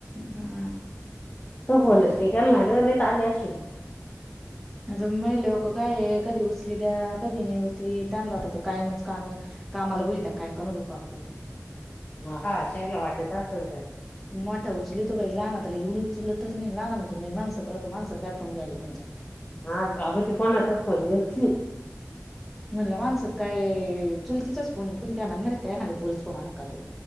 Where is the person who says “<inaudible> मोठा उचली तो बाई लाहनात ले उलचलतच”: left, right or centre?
Centre